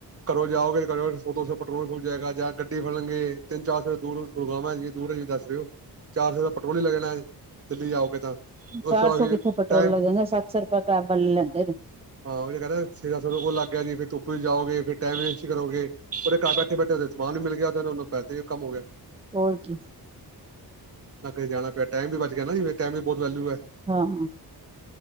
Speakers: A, on the right; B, on the right.
A: ਘਰੋਂ ਜਾਓ <unintelligible> ਸੋ-ਦੋਸੌ ਪੈਟਰੋਲ ਫੁਕ ਜਾਏਗਾ ਜਾਂ ਗੱਡੀ ਫੜਨਗੇ ਤਿੰਨ ਚਾਰ ਸੌ ਦੂਰ ਗੁੜਗਾਵਾਂ ਦੂਰ ਹੈਂ ਦੱਸ ਰਹੇ ਹੋ। ਚਾਰ-ਸੌ ਦਾ ਪਟਰੋਲ ਹੀ ਲੱਗ ਜਾਣਾ ਹੈ ਦਿੱਲੀ ਜਾਓਗੇ ਤਾਂ ਉਸ
B: ਚਾਰ-ਸੌ
A: ਤੋਂ ਬਾਅਦ ਫਿਰ
B: ਕਿੱਥੇ ਪੈਟਰੋਲ
A: ਟਾਈਮ
B: ਲੱਗ ਜਾਂਦੇ ਸੱਤ-ਸੌ ਰੁਪਆ ਕੈਬ ਆਲੇ ਲੈਂਦੇ ਨੇ
A: ਓਹੀ ਤੇ ਕੇਹਰਿਆ ਚੇ-ਸਤਸੋ ਉਹ ਲੱਗ ਗਿਆ ਜੀ ਫਿਰ ਤੁੱਪ ਵਿਚ ਜਾਓਗੇ ਫਿਰ ਟਾਈਮ ਵੇਸਟ ਕਰੋਗੇ ਉਹਦੇ ਘਰ ਬੈਠੇ ਬੈਠੇ ਉਹਦੇ ਸਮਾਨ ਵੀ ਮਿਲ ਗਿਆ ਤੇਨੂੰ ਪੈਸੇ ਵੀ ਕੰਮ ਹੋ ਗਿਆ।
B: ਹੋਰ ਕੀ
A: ਨਾ ਕਿਸੇ ਜਾਣਾ ਪਿਆ ਟਾਈਮ ਵੀ ਬਚ ਗਿਆ ਨਾ ਜੀ ਟਾਈਮ ਵੀ ਬਹੁਤ ਵੈਲੂ ਹੈ।
B: ਹਾਂ ਹਾਂ